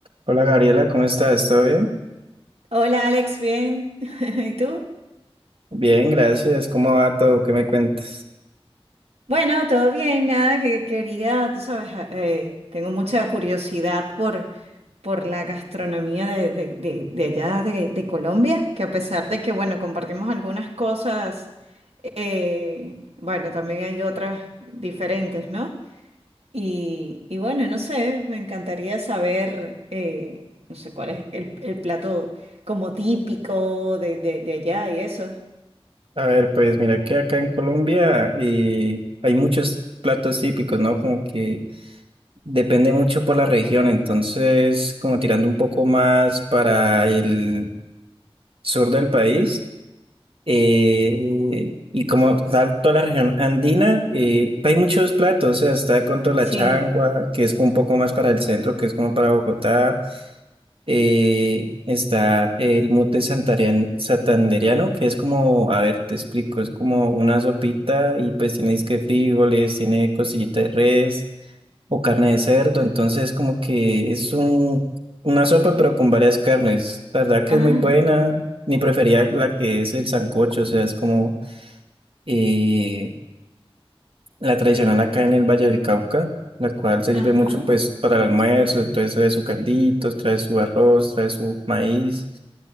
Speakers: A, on the right (about 60°); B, on the right (about 90°).
A: Hola Gabriela, ¿cómo estás? ¿Todo bien?
B: Hola Alex, bien. <laughs> ¿Y tú?
A: Bien, gracias. ¿Cómo va todo? ¿Qué me cuentas?
B: Bueno, todo bien, nada que quería, tú sabes, eh, eh, tengo mucha curiosidad por, por la gastronomía de, de- de- de allá de, de Colombia, que a pesar de que, bueno, compartimos algunas cosas, eh, bueno, también hay otras diferentes, ¿no? Y, y bueno, no sé, me encantaría saber, eh, no sé, cuál es el, el plato como típico de, de de allá y eso.
A: A ver, pues mira que acá en Colombia eh, hay muchos platos típicos, ¿no? Como que depende mucho por la región, entonces como tirando un poco más para el sur del país eh, y como tal toda la región andina, eh, hay muchos platos, o sea, está de pronto la
B: Sí.
A: changua, que es como un poco más para el centro, que es como para Bogotá. Eh, está el mute santarian- santandereano, que es como, a ver, te explico, es como una sopita y pues tiene disque frijoles, tiene costillita de res o carne de cerdo, entonces como que es un, una sopa pero con varias carnes. La verdad que
B: Ah,
A: es muy buena, mi preferida la que es el sancocho, o sea, es como, eh, la tradicional acá en el Valle del Cauca, la cual se
B: Ajá.
A: sirve mucho pues para el almuerzo, entonces trae su caldito, trae su arroz, trae su maíz,